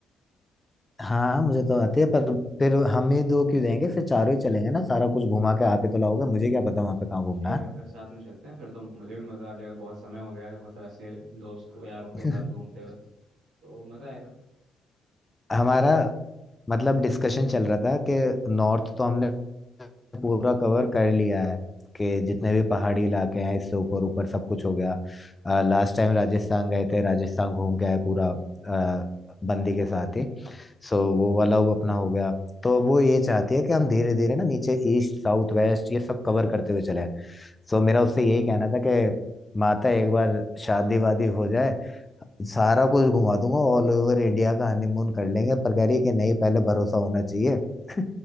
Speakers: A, on the left (about 15°); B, on the right (about 80°).
A: हाँ मुझे तो आती है पर फिर हम ही दो क्यों जाएंगे फिर चारों ही चलेंगे ना सारा कुछ घुमा के आप ही तो लाओगे मुझे क्या पता वहाँ पे कहाँ घूमना
B: ठीक
A: है
B: है फिर साथ में चलते हैं फिर तो मुझे भी मज़ा आ जाएगा बहुत समय हो गया है मतलब ऐसे दोस्त यारों
A: <laughs>
B: के साथ घूमते हुए तो मज़ा आएगा
A: हमारा मतलब डिस्कशन चल रहा था कि नॉर्थ तो हमने पूरा कवर कर लिया है कि जितने भी पहाड़ी इलाके हैं इससे ऊपर ऊपर सब कुछ हो गया लास्ट टाइम राजस्थान गए थे राजस्थान घूम के आए पूरा अ, बंदी के साथ ही सो वो वाला वो अपना हो गया तो वो ये चाहती है कि हम धीरे धीरे ना नीचे ईस्ट साउथ वेस्ट ये सब कवर करते हुए चले सो मेरा उससे यही कहना था कि माता एक बार शादी वादी हो जाए सारा कुछ घुमा दूंगा ऑल ओवर इंडिया का हनीमून कर लेंगे पर कह रही है कि नहीं पहले भरोसा होना चाहिए <laughs>